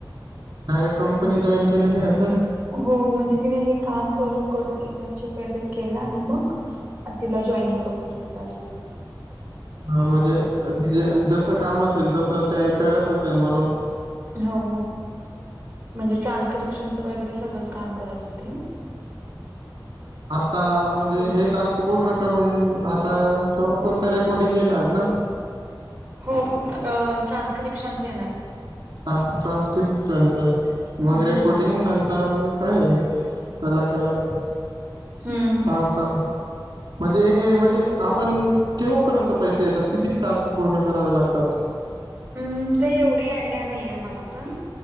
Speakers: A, on the right (about 65°); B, on the right (about 20°).
A: डायरेक्ट कंपनी
B: म्हणजे
A: जॉईन केलेली असं?
B: हो म्हणजे तिने हे काम करून करून इंटर्नशिप वगैरे केल आणि मग अ तिला जॉइनिंग करून घेतलं असं झालं.
A: ह म्हणजे ज जस काम असेल तसं ते करत असेल म्हणून
B: हो. म्हणजे ट्रान्स्क्रिप्शनचं वगैरे सगळंच काम करायचे ती.
A: आता म्हणजे
B: प्रोजेक्ट
A: हे टास्क पूर्ण करून आता कोणतं रेकॉर्डिंग येणार ना?
B: हो अ ट्रान्स्क्रिप्शनच येणार
A: ट्रान्सक्रिप्शनच
B: हम्म
A: मग रेकॉर्डिंग नंतर काय अलग अलग
B: हमम.
A: अस म्हणजे हे म्हणजे आपण केव्हापर्यंत पैसे येतात किती टास्क पूर्ण करावे लागतात?
B: हम्म ते एवढी आयडिया नाही आहे मला पण